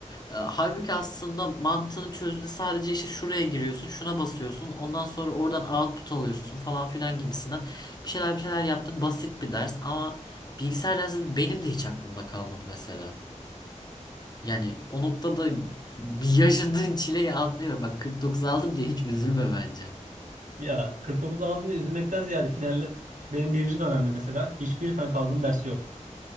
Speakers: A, on the left (about 30°); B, on the right (about 80°).
A: E, Halbuki aslında mantığını çözdü. Sadece işte şuraya giriyorsun, şuna basıyorsun. Ondan sonra oradan output alıyorsun falan filan gibisinden. Bir şeyler bir şeyler yaptım. Basit bir ders ama bilgisayar dersi benim de hiç aklımda kalmadı mesela. Yani o noktada bir yaşadığın çileyi anlıyorum. Bak 49 aldım diye hiç üzülme bence.
B: Ya 49 aldığında üzülmekten ziyade final benim birinci dönemde mesela hiçbir tane kaldığım ders yok.